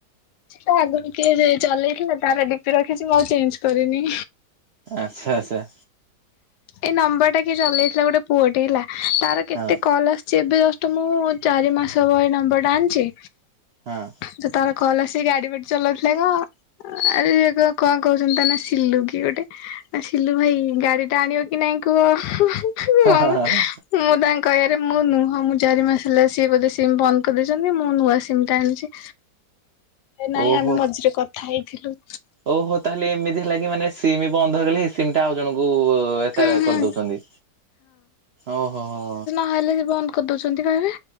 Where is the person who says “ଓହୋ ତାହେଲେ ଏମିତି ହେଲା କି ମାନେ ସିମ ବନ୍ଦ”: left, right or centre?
Right